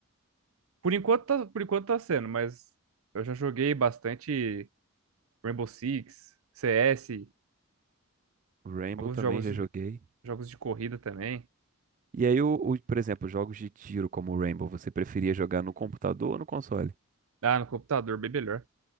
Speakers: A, on the right; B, on the right.
A: Por enquanto, tá, por enquanto tá sendo, mas eu já joguei bastante Rainbow Six, CS,
B: Rainbow
A: alguns
B: também
A: jogos
B: já
A: de,
B: joguei.
A: jogos de corrida também.
B: E aí, o, o- por exemplo, jogos de tiro como o Rainbow, você preferia jogar no computador ou no console?
A: Ah, no computador, bem melhor.